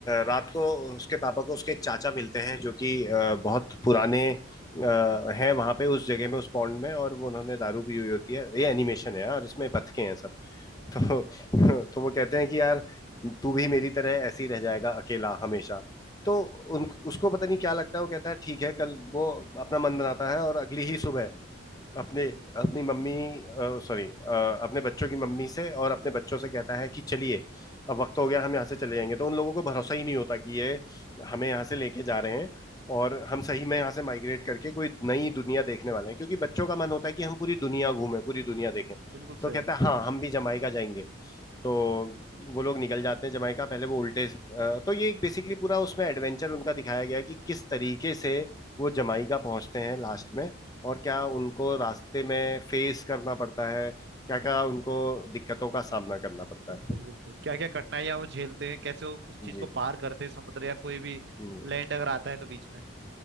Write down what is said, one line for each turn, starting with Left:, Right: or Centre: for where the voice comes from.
Left: रात को उसके पापा को उसके एक चाचा मिलते हैं जो कि अ, बहुत पुराने अ, हैं वहां पे उस जगह में उस पॉन्ड में और वो उन्होंने दारू पी हुई होती है ये एनिमेशन है और इसमें बतखे हैं सब <laughs> तो तो वो कहते हैं कि यार तू भी मेरी तरह ऐसे ही रह जाएगा अकेला हमेशा तो उन उसको पता नहीं क्या लगता है वो कहता है ठीक है कल वो अपना मन बनाता है और अगली ही सुबह अपने अपनी मम्मी सॉरी अपने बच्चों की मम्मी से और अपने बच्चों से कहता है कि चलिए अब वक्त हो गया हम यहाँ से चले जाएंगे तो उन लोगों को भरोसा ही नहीं होता कि ये हमें यहाँ से लेके जा रहे हैं और हम सही में यहाँ से माइग्रेट करके कोई नई दुनिया देखने वाले हैं क्योंकि बच्चों का मन होता है कि हम पूरी दुनिया घूमें पूरी दुनिया देखें
Right: बिल्कुल
Left: तो
Right: सही
Left: कहता है हाँ हम भी जमाइका जाएंगे तो वो लोग निकल जाते हैं जमाइका पहले वो उल्टे अ, तो ये बेसिकली पूरा उसमें एडवेंचर उनका दिखाया गया है कि किस तरीके से वो जमाइका पहुंचते हैं लास्ट में और क्या उनको रास्ते में फेस करना पड़ता है क्या क्या उनको दिक्कतों का सामना करना पड़ता
Right: बिल्कुल
Left: है
Right: बिल्कुल क्या क्या कठिनाइयाँ वो झेलते हैं कैसे वो उस चीज
Left: जी
Right: को पार करते हैं समुद्र या कोई भी
Left: जी।
Right: लैंड अगर आता है तो बीच में